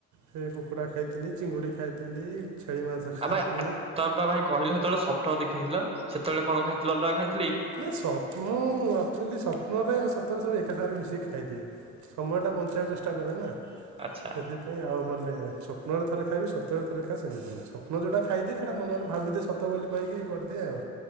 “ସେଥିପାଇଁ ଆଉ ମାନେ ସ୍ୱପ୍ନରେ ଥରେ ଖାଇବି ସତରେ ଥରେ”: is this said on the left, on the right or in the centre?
Right